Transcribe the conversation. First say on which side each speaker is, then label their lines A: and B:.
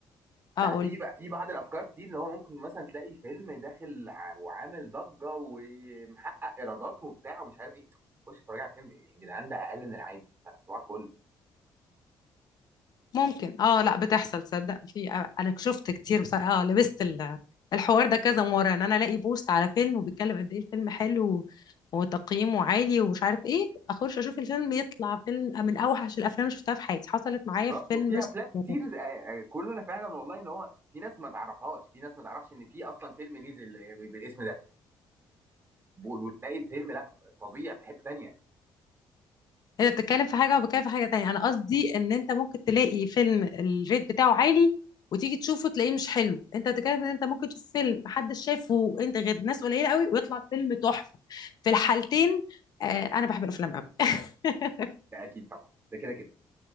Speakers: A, on the left (about 55°); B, on the right (about 30°).
A: اه
B: لا
A: قولي
B: في بقى في بعض الافكار كتير اللي هو ممكن مثلا تلاقي فيلم داخل ع- وعامل ضجه ومحقق ايرادات وبتاع ومش عارف ايه خش اتفرج على الفيلم يا جدعان ده اقل من العادي صباح الفل
A: ممكن اه لا بتحصل تصدق في آه، انا شفت كتير بس اه لبست ال- الحوار ده كذا مرة ان انا الاقي بوست على فيلم وبيتكلم قد ايه الفيلم حلو وتقييمه عالي ومش عارف ايه اخش اشوف الفيلم يطلع فيلم من اوحش الافلام اللي شفتها في حياتي حصلت معايا
B: بالظبط
A: في فيلم
B: في
A: اسمه
B: افلام كتير آه، آه، كلنا فعلا والله ان هو في ناس ما تعرفهاش في ناس ما تعرفش ان في اصلا فيلم نزل آه، بالاسم ده وتلاقي الفيلم لا فظيع في حتة تانية
A: انت بتتكلم في حاجه وبتكلم في حاجه تانية انا قصدي ان انت ممكن تلاقي فيلم الريت بتاعه عالي وتيجي تشوفه تلاقيه مش حلو انت بتتكلم ان انت ممكن تشوف فيلم محدش شافه انت غير ناس قليله قوي ويطلع فيلم تحفه في الحالتين آه انا بحب الافلام قوي <laughs>
B: ده اكيد طبعا ده كده كده